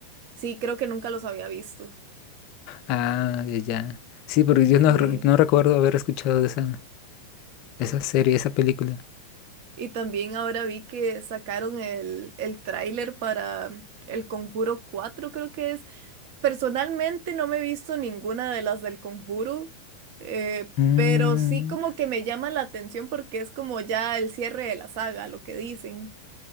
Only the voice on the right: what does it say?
sí, creo que nunca los había visto.
Sí.
Y también ahora vi que sacaron el, el tráiler para El Conjuro 4 creo que es. Personalmente no me he visto ninguna de las del Conjuro, eh,
pero sí como que me llama la atención porque es como ya el cierre de la saga, lo que dicen.